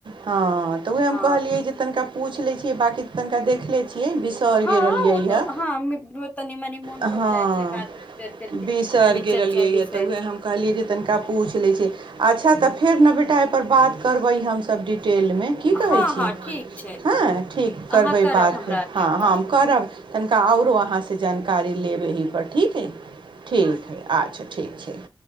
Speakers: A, on the right; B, on the left.
A: हँ तऽ वएह हम
B: हँ
A: कहलियै जे तनिका पूछि लै छियै बाँकी तनिका देख लै छियै बिसर
B: हँ
A: गेलियै
B: ओ तो हँ मनी मोन
A: हँ
B: पड़ जाइ छै बात उत कर करके
A: बिशर
B: तनी
A: गेलिियै
B: चर्चा विषय
A: ह तऽ उएह ह कहलियै जे तनिका पूछ लै छ अच्छा तऽ फेर ने बेटा एहि परर बात करबै हमस डिटेल म की कहै
B: हँ
A: छी
B: हँ ठीक छै
A: हँ ठीक
B: अहाँ
A: करबै
B: करब
A: बात
B: हमरा
A: फेर
B: आरके
A: हँ
B: कॉल
A: हम कर तनिका आओरो अहाँसँ जानकारी लेब एहिपर ठीक हइ ठीक हइ अच्छा ठीक छै